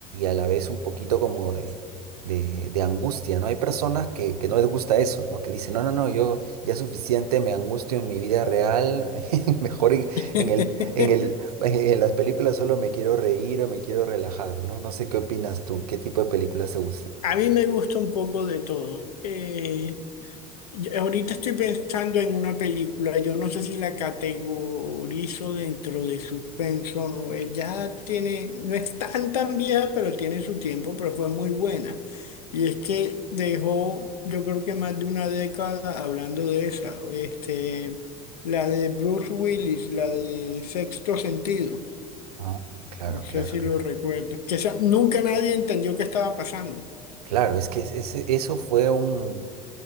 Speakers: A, on the right; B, on the left.
A: a la vez un poquito como de, de, de angustia, ¿no? Hay personas que, que no les gusta eso, ¿no? Que dicen, no, no, no, yo ya es suficiente, me angustio en mi vida real, <laughs> mejor en,
B: <laughs>
A: en el, en el, en las películas solo me quiero reír o me quiero relajar, ¿no? No sé qué opinas tú, ¿qué tipo de películas te gustan?
B: A mí me gusta un poco de todo. Eh, Yo ahorita estoy pensando en una película, yo no sé si la categorizo dentro de suspenso o no. Ella tiene, no es tan tan vieja, pero tiene su tiempo, pero fue muy buena. Y es que dejó, yo creo que más de una década hablando de esa, este, la de Bruce Willis, la de Sexto Sentido,
A: Ah, claro,
B: no sé
A: claro,
B: si
A: claro.
B: lo recuerdas, que esa- nunca nadie entendió qué estaba pasando.
A: Claro, es que es- es- eso fue un,